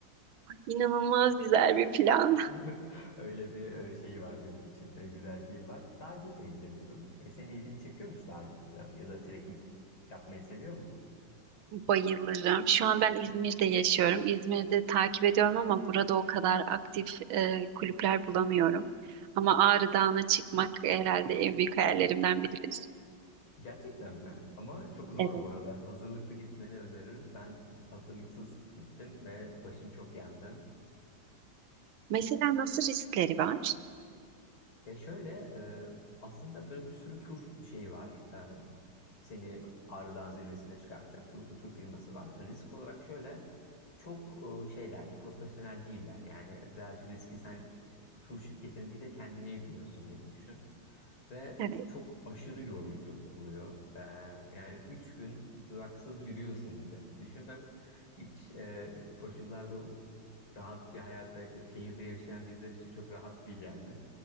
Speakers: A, on the right (about 85°); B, on the left (about 85°).
A: İnanılmaz güzel bir plan.
B: <laughs> Öyle bir e, şeyi var benim için. E, güzel bir yeri var. Dağcılıkla ilgileniyorum. E, senin ilgini çekiyor mu hiç dağcılık falan ya da trekking yapmayı seviyor musun?
A: <laughs> Bayılırım. Şu an ben İzmir'de yaşıyorum. İzmir'de takip ediyorum ama burada o kadar aktif e, kulüpler bulamıyorum. Ama Ağrı Dağı'na çıkmak herhalde en büyük hayallerimden biridir.
B: Gerçekten mi? Ama çok zor
A: Evet.
B: bu arada. Hazırlıklı gitmeni öneririm. Ben hazırlıksız gittim ve başım çok yandı.
A: Mesela nasıl riskleri var?
B: Ya şöyle e, aslında böyle bir sürü tur şeyi var. E, seni ağrıdan zirvesine çıkaracak tur, tur firması var da risk olarak şöyle çok e, şeyler profesyonel değiller. Yani birazcık riski sen e, tur şirketine değil de kendine yüklüyorsun gibi düşün. Ve
A: Evet.
B: çok aşırı yorucu oluyor. E, yani 3 gün duraksız yürüyorsun gibi. Düşün ben hiç e, koşullarda rahat bir hayata şehirde yaşayan bizler için çok rahat değil yani.